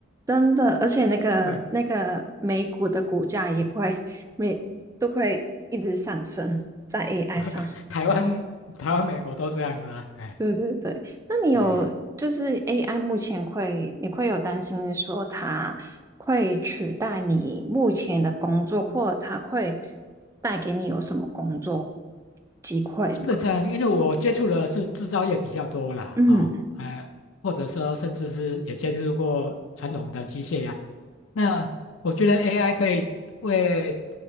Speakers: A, on the right; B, on the left.
A: 真的，而且那个那个美股的股价也会每都会一直上升在
B: 对，
A: AI
B: <laughs>
A: 上。
B: 台湾、台湾、美国都这样子啊，哎
A: 对对对，那你有就是
B: 哎。
A: AI 目前会，你会有担心说它会取代你目前的工作，或者它会带给你有什么工作机会吗？
B: 基本上，因为我接触的是制造业比较多啦，
A: 嗯
B: 哦，哎、或者说甚至是也接触过传统的机械呀、那我觉得 AI 可以为